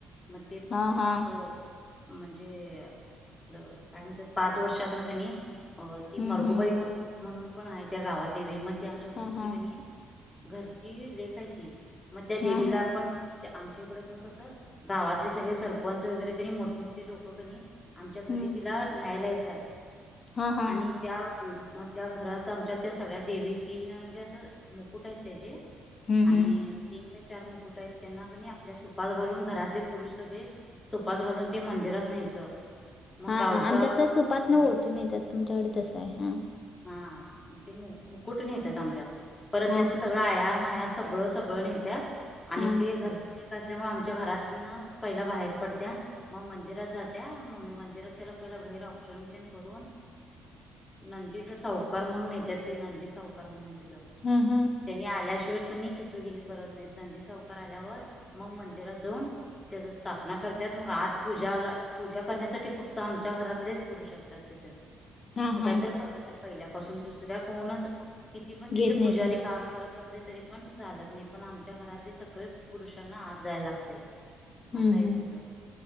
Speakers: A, on the left; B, on the left.
A: मग ते पण
B: हा
A: क
B: हा
A: असं म्हणजे काय म्हणतात पाच वर्षात ना कणी अ ती
B: हम्म
A: मरगोबाई
B: हम्म
A: म्हणून म्हणून पण आहे त्या गावात देवी मत आमच्या घरची
B: हा हा
A: कणी आहे घरची लेख आहे त मग त्या देवीला
B: हा हा
A: आपण ते आमच्या इकडे पण कसं गावातले सगळे सरपंच वगैरे कणी मोठमोठी लोकं कणी आमच्या घरी
B: हम्म
A: तिला न्यायला येत त्याात
B: हा हा
A: आणि त्या पण मग त्या घरात आमच्या त्या सगळ्या देवी तेना म्हणजे असं मुकुट आहेत त्याचे.
B: हम्म
A: आणि
B: हम्म
A: ती चार मुकुट आहेत त्यांना क आपल्या सुपात घालून घरातले पुरुष सगळे. सुपात घालून ते मंदिरात न्यायचं. मग
B: हा
A: गावचा
B: हा आमच्यात
A: हम्म
B: तर सुपात न ओटीन नेतात तुमच्याकडे तस आहे हा
A: हा ते मुकुट येतात आमच्यात. परत
B: हा
A: त्याच सगळं आयार माहेर.. सगळं सगळं नेत्यात आणि
B: हा
A: ते घरचे असल्यामुळे आमच्या घरातन पहिला बाहेर पडत्या मग मंदिरात जात्या मंदिरात त्याला पहिैर औक्षण तेन करून नंदी सावकार म्हणून येत्यात ते नंदी सावकार म्हणून तिथं
B: हा हा हा
A: त्यांनी आल्याशिवाय <unintelligible> तिथं हे करत नाही नंदी सावकार आल्यावर मग मंदिरात जाऊन त्याच्या स्थापना करतात मग आत पूजाला पूजा करण्यासाठी फक्त आमच्या घरातलेच पुरुष असतात तिथे.
B: हा
A: असं काहीत
B: हा
A: पद्धत आहे. पहिल्यापासून दुसऱ्या कोणाच? किती? पण तिथले
B: घेत नेतात
A: पुजारी काम करत असत तरी पण चालत नाही पण, आमच्या घरातले सगळे पुरुषांना आत जायला लागतय.
B: हम्म
A: अस आहे
B: हम्म
A: तिथं.